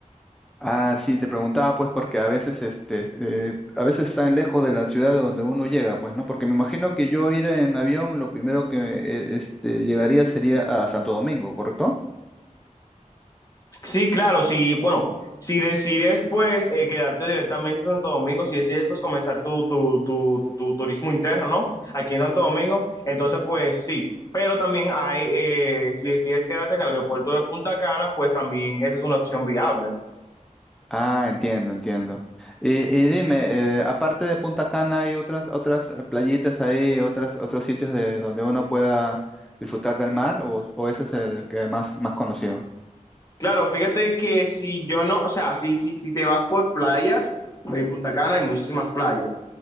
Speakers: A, in the centre; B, on the left.
A: Ah, sí, te preguntaba pues porque a veces este eh, a veces están lejos de la ciudad de donde uno llega, pues, ¿no? Porque me imagino que yo ir en avión, lo primero que eh, este llegaría sería a Santo Domingo, ¿correcto?
B: Sí, claro, sí, bueno, si decides pues eh, quedarte directamente en Santo Domingo, si decides pues comenzar tu, tu, tu, tu turismo interno, ¿no? Aquí en Santo Domingo, entonces pues sí, pero también hay, eh, si decides quedarte en el aeropuerto de Punta Cana, pues también esa es una opción viable.
A: Ah, entiendo, entiendo. Y, y dime, eh, aparte de Punta Cana, ¿hay otras otras eh, playitas ahí, otras otros sitios de donde uno pueda disfrutar del mar o, o ese es el que más más conocido?
B: Claro, fíjate que si yo no, o sea, si, si, si te vas por playas, en Punta Cana hay muchísimas playas.